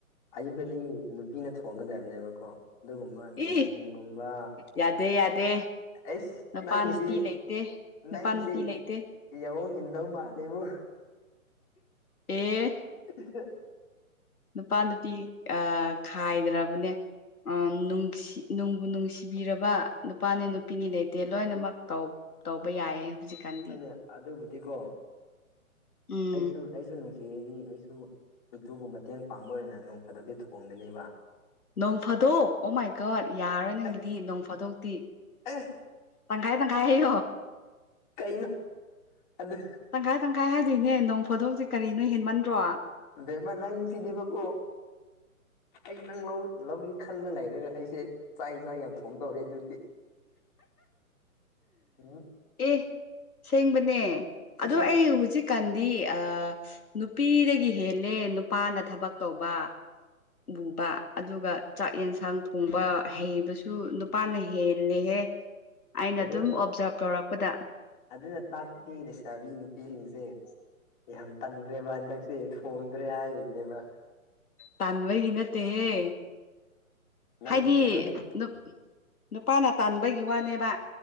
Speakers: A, on the left; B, on the left.
A: ꯑꯌꯨꯛꯇꯗꯤ ꯅꯨꯄꯤꯅ ꯊꯣꯡꯒꯗꯕꯅꯦꯕꯀꯣ ꯑꯗꯨꯒꯨꯝꯕ ꯅꯨꯡꯊꯤꯟꯒꯨꯝꯕ
B: ꯏ ꯌꯥꯗꯦ ꯌꯥꯗꯦ
A: ꯑꯩꯁ
B: ꯅꯨꯄꯥ
A: ꯅꯪꯒꯤꯁꯤ
B: ꯅꯨꯄꯤ ꯂꯩꯇꯦ ꯅꯨꯄꯥ
A: ꯅꯪꯁꯤ
B: ꯅꯨꯄꯤ ꯂꯩꯇꯦ
A: ꯌꯥꯋꯣꯡ ꯏꯟꯗꯧ ꯃꯥꯜꯂꯦꯕꯨ
B: ꯑꯦ
A: <unintelligible>
B: ꯅꯨꯄꯥ ꯅꯨꯄꯤ ꯑ ꯈꯥꯏꯗ꯭ꯔꯕꯅꯦ ꯑꯥ ꯅꯨꯁꯤ ꯅꯨꯡꯕꯨ ꯅꯨꯡꯁꯤꯕꯤꯔꯕ ꯅꯨꯄꯥꯅꯤ
A: ꯑꯥ
B: ꯅꯨꯄꯤꯅꯤ ꯂꯩꯇꯦ ꯂꯣꯏꯅꯃꯛ ꯇꯧꯕ ꯌꯥꯏꯌꯦ ꯍꯧꯖꯤꯛꯀꯥꯟꯗꯤ
A: ꯍꯣꯏꯅꯦ ꯑꯗꯨꯕꯨꯗꯤꯀꯣ
B: ꯎꯝ
A: ꯑꯩꯁꯨ ꯑꯩꯁꯨ ꯅꯨꯡꯁꯤꯌꯦꯗꯤ ꯑꯩꯁꯨ ꯏꯇꯨꯕꯨ ꯃꯇꯦꯡ ꯄꯥꯡꯕ ꯑꯣꯏꯅ ꯅꯣꯡ ꯐꯥꯗꫭꯛꯗꯤ ꯊꯣꯡꯒꯅꯦꯕ
B: ꯅꯣꯡ ꯐꯥꯗꯣꯛ ꯑꯣ ꯃꯥꯏ ꯒꫭꯠ ꯌꯥꯔꯣꯏ ꯅꯪꯒꯤꯗꯤ
A: ꯑꯦ
B: ꯅꯣꯡ ꯐꯥꯗꯣꯛꯇꯤ
A: ꯑꯦ
B: ꯇꯪꯈꯥꯏ ꯇꯪꯈꯥꯏ ꯍꯥꯌꫭ
A: ꯀꯩꯅꯣ ꯑꯗꯨ
B: ꯇꯪꯈꯥꯏ ꯇꯪꯈꯥꯏ ꯍꯥꯏꯗꯣꯏꯅꯦ ꯅꯣꯡ ꯐꯥꯗꯣꯛꯇꯦ ꯀꯔꯤꯅꫭ ꯍꯦꯟꯃꯟꯗ꯭ꯔꯣ
A: ꯕꯦꯃꯥ ꯅꯪꯁꯤꯗꯤꯕꯀꯣ ꯑꯩ ꯅꯪ ꯂꯧ ꯂꯧꯒꯦ ꯈꯜꯂ ꯂꯩꯔꯒ ꯑꯩꯁꯦ ꯆꯥꯛ ꯌꯦꯟ ꯆꯥꯡ ꯌꯥꯝ ꯊꯣꯡꯗꯩꯔꯤ ꯑꯗꯨꯗꯤ ꯎꯝ
B: ꯑꯦ ꯁꯦꯡꯕꯅꯦ
A: ꯁꯤꯁꯦ
B: ꯑꯗꯣ ꯑꯩ ꯍꯧꯖꯤꯛꯀꯥꯟꯗꯤ ꯑ ꯅꯨꯄꯤꯗꯒꯤ ꯍꯦꯜꯂꯦ ꯅꯨꯄꯥꯅ ꯊꯕꯛ ꯇꯧꯕ ꯕꯨꯕ ꯑꯗꯨꯒ ꯆꯥꯛ ꯌꯦꯟꯁꯥꯡ ꯊꯣꯡꯕ ꯍꯩꯕꯁꯨ ꯅꯨꯄꯥꯅ ꯍꯦꯜꯂꯦꯍꯦ ꯑꯩꯅ
A: ꯑꯗꯨ
B: ꯗꯨꯝ ꯑꯣꯞꯖꯥꯔꯞ ꯇꯧꯔꯛꯄꯗ
A: ꯑꯗꯨꯅ ꯇꯥꯛꯄꯗꯤ ꯂꯩꯁꯥꯕꯤ ꯅꯨꯄꯤꯁꯤꯡꯁꯦ ꯌꯥꯝ ꯇꯟꯈ꯭ꯔꯦꯕ ꯍꯟꯗꯛ ꯇꯤ ꯊꯣꯡꯗ꯭ꯔꯦ ꯍꯥꯏꯔꯤꯅꯦꯕ
B: ꯇꯥꯟꯕꯒꯤ ꯅꯠꯇꯦꯍꯦ
A: ꯅꯪ
B: ꯍꯥꯏꯗꯤ
A: ꯌꯦꯡꯉꯨꯅꯦ
B: ꯅꯨ ꯅꯨꯄꯥꯅ ꯇꯥꯟꯕꯒꯤ ꯋꯥꯅꯦꯕ